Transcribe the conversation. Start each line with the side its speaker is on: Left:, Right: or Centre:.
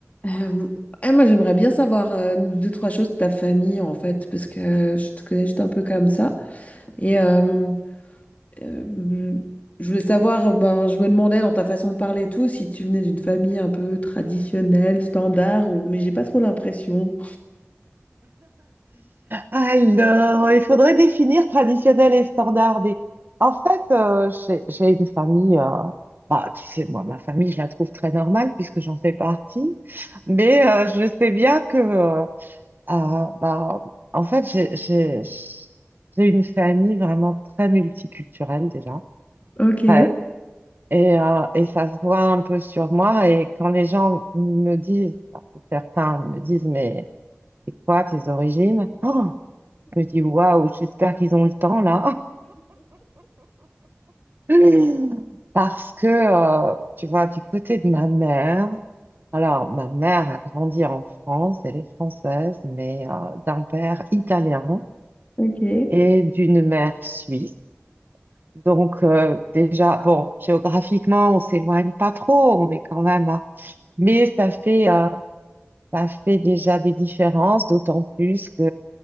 Left: Euh, eh, moi, j'aimerais bien savoir euh, deux, trois choses de ta famille, en fait, parce que je te connais juste un peu comme ça. Et euh, euh, je voulais savoir, euh, ben, je me demandais dans ta façon de parler et tout, si tu venais d'une famille un peu traditionnelle, standard, ou... mais j'ai pas trop l'impression.
Right: Alors, il faudrait définir traditionnel et standard. Et en fait, euh, j'ai j'ai des familles, euh, bah, tu sais, moi, ma famille, je la trouve très normale puisque j'en fais partie. Mais euh, je sais bien que, euh, euh, bah, en fait, j'ai j'ai- j'ai une famille vraiment très multiculturelle déjà.
Left: Ok,
Right: Ouais. Et, euh, et ça se voit un peu sur moi. Et quand les gens me disent, parce que certains me disent, mais c'est quoi tes origines? Oh, je me dis, waouh, j'espère qu'ils ont le temps là. <laughs> Parce que, euh, tu vois, du côté de ma mère, alors ma mère a grandi en France, elle est française, mais euh, d'un père italien
Left: Ok. Et
Right: et d'une mère suisse. Donc euh, déjà, bon, géographiquement, on s'éloigne pas trop, on est quand même à- Mais ça fait, euh, ça fait déjà des différences, d'autant plus que...